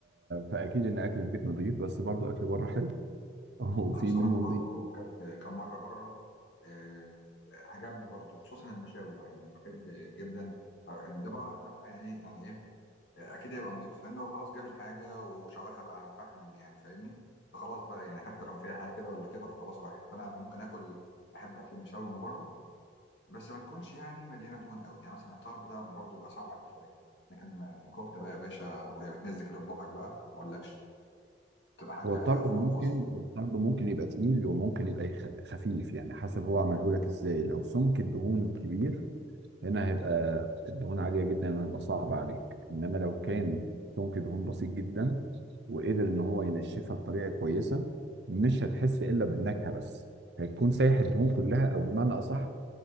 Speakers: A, on the right; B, on the left.
A: فاكيد ان اكل البيت نظيف بس برضو اكل بره حلو <laughs> وفي
B: انا بصراحة
A: منه
B: برضو
A: نظيف
B: اكلت كام مرة بره آه عجبني برضو خصوصا المشاوي بقى يعني أنا بحب جدا أو يعني ده بقى ده بقى يعني إيه، يعني ايه آه، اكيد هيبقى نضيف لان هو خلاص جاب الحاجة وشواها بقى على الفحم يعني فاهمني فخلاص بقى يعني حتى لو فيها حاجة كده ولا كده فخلاص راحت فانا ممكن اكل احب اكل المشاوي من بره بس ما تكونش يعني مليانه دهون قوي يعني مثلا الطرب ده برضو يبقى صعب عليها شويه لكن ما- كفته بقى يا باشا وهي بتنزل كده في بقك بقى ما اقولكش بتبقى حاجه
A: هو الطرب
B: فوق
A: ممكن
B: الوصف
A: الطرب ممكن يبقى تقيل وممكن يبقى يخ- خفيف يعني حسب هو عمله لك ازاي لو سمك الدهون كبير هنا هيبقى الدهون عالية جدا هيبقى صعب عليك إنما لو كان سمك دهون بسيط جدا وقدر إن هو ينشفها بطريقة كويسة مش هتحس إلا بالنكهة بس هيكون سايح الدهون كلها أو بمعنى أصح